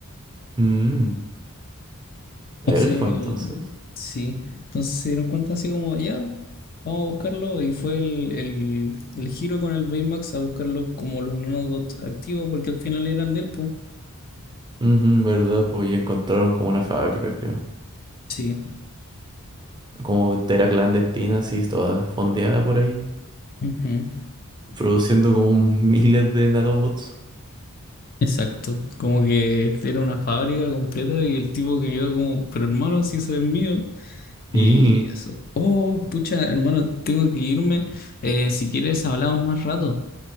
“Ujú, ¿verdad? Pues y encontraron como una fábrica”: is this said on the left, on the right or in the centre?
Right